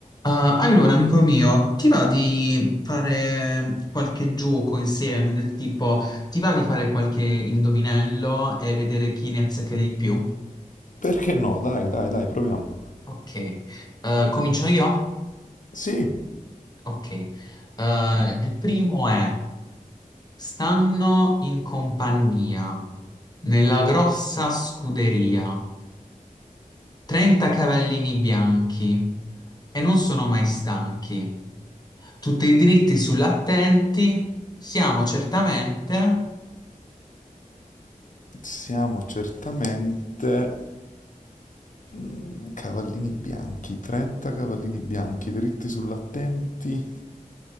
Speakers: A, on the left; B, on the left.
A: Ah, allora, amico mio, ti va di fare qualche gioco insieme del tipo, ti va di fare qualche indovinello e vedere chi ne azzecca di più?
B: Perché no? Dai, dai, dai, proviamo.
A: Ok, Eh, comincio io?
B: Sì,
A: Ok, Eh, il primo è, stanno in compagnia, nella grossa scuderia, 30 cavallini bianchi e non sono mai stanchi, tutti dritti sull'attenti, siamo certamente...
B: siamo certamente mm, cavallini bianchi, 30 cavallini bianchi dritti sull'attenti.